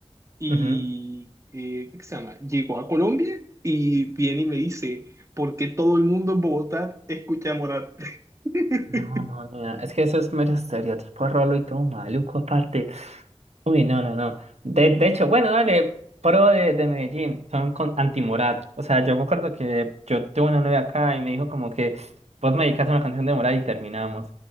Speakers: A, on the right; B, on the right.
A: y,
B: Ujú.
A: eh, ¿qué se llama? Llegó a Colombia y viene y me dice, ¿por qué todo el mundo en Bogotá escucha a Morat? <laughs>
B: No, no, no, es que eso es mero estereotipo rolo y todo maluco aparte. Uy, no, no, no. De, de hecho, bueno, dale, pro de, de Medellín, son con anti-Morat. O sea, yo me acuerdo que yo tuve una novia acá y me dijo como que vos me dedicaste una canción de Morat y terminamos.